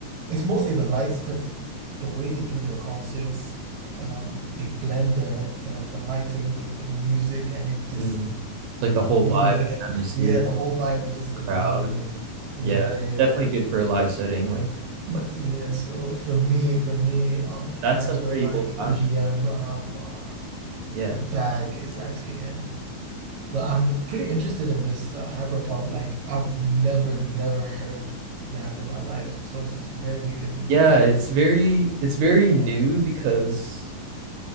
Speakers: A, on the right; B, on the right.
A: it's mostly the lights because the way they do their concerts, um, they blend the the the lighting with the music and it just
B: Mhm. It's like the whole
A: really
B: vibe
A: like
B: and atmosphere,
A: yeah, the whole vibe is just amazing.
B: crowd.
A: Yeah,
B: Yeah,
A: yeah.
B: definitely good for a live setting, like like
A: Yeah,
B: like
A: so for me, for me, um,
B: That's
A: that's
B: some
A: where
B: pretty
A: my
B: old fashioned.
A: EDM um uh,
B: Yeah.
A: bag is actually in. But I'm pretty interested in this uh, hyperpop. Like I've never, never heard that in my life, so it's it's very new to me.
B: Yeah, it's very it's very new because